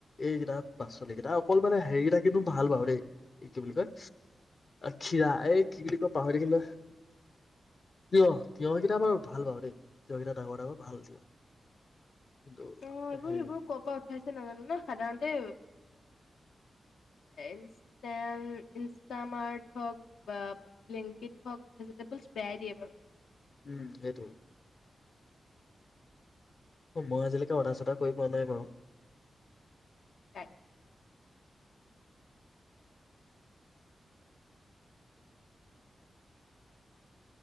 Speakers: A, on the left; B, on the left.
A: এইকেইটা পাচলি কেইটা অকল মানে হেৰি কেইটা কিন্তু ভাল পাও দেই এই কি বুলি কয় খিৰা এই কি বুলি কয় পাহৰি দে কিন্ত তিঁয়হ তিয়হ কেইটা বাৰু ভাল বাৰু দেই তিয়ঁকিতাপ ডাঙৰ ডাঙৰ ভাল দওঁ কিন্তু
B: অ এইবোৰ
A: সেই
B: সেইবোৰ ক'ৰ পৰা নাজানো সাধাৰণতে ইনষ্টামাৰট হোক ভেজি টেবুল বেয়া হয় দিয়ে বাৰু
A: উম সেইটোৱে অ মই আজিলৈকে অদ্ৰা চদ্ৰা কৰি পোৱা নাই বাৰু
B: তাকে